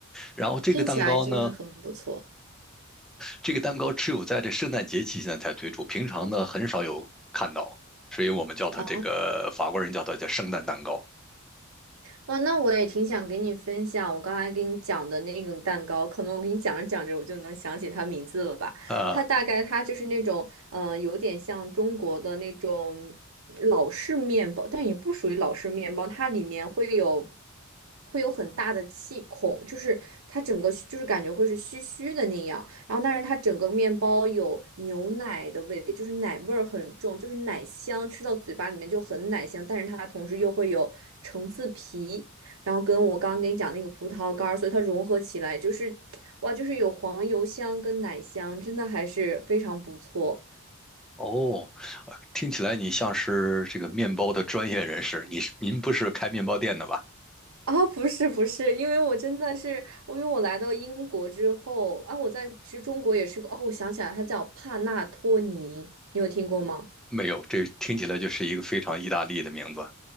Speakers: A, in the centre; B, on the right.
A: 然后这个蛋糕呢，
B: 听起来真的很不错
A: 这个蛋糕只有在这圣诞节期间才推出，平常呢很少有看到，所以我们叫它这个法国人叫它叫圣诞蛋糕
B: 啊！哇，那我也挺想给你分享我刚才给你讲的那种蛋糕，可能我给你讲着讲着我就能想起它名字了吧。
A: 啊。
B: 它大概它就是那种嗯、呃有点像中国的那种老式面包，但也不属于老式面包，它里面会有会有很大的气孔，就是它整个就是感觉会是虚虚的那样。然后，但是它整个面包有牛奶的味，就是奶味儿很重，就是奶香，吃到嘴巴里面就很奶香，但是它同时又会有橙子皮，然后跟我刚刚跟你讲那个葡萄干儿，所以它融合起来就是。哇，就是有黄油香跟奶香，真的还是非常不错。
A: 哦，呃听起来你像是这个面包的专业人士，你是您不是开面包店的吧？
B: 哦，不是不是，因为我真的是，我因为我来到英国之后啊，我在其实中国也吃过哦，我想起来，它叫帕纳托尼，你有听过吗？
A: 没有，这听起来就是一个非常意大利的名字。